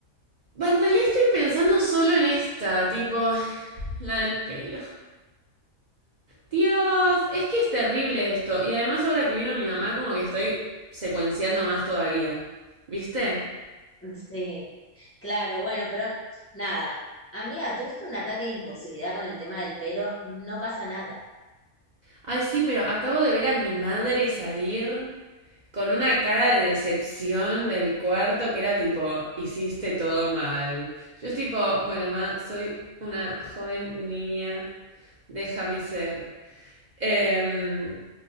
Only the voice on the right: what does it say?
en realidad estoy pensando solo en esta, tipo, <laughs> la del pelo. Dios, es que es terrible esto. Y además ahora que vino mi mamá, como que estoy secuenciando más todavía. ¿Viste?
Ay, sí, pero acabo de ver a mi madre salir con una cara de decepción del cuarto que era tipo, hiciste todo mal. Yo es tipo, bueno, ma, soy una joven niña, déjame ser. Em,